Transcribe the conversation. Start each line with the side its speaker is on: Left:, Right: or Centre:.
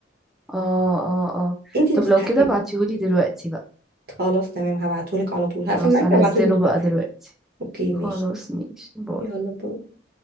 Centre: اه اه اه
Right: انت اللي
Centre: طب
Right: بتتحكمي
Centre: لو كده ابعتيهولي دلوقتي بقى
Right: خلاص تمام هبعتهولك على طول هقفل
Centre: خلاص
Right: معاكي
Centre: هنزله
Right: هبعتهولك دلوقتي
Centre: بقى دلوقتي
Right: على طول اوكي ماشي
Centre: خلاص ماشي باي
Right: يلا باي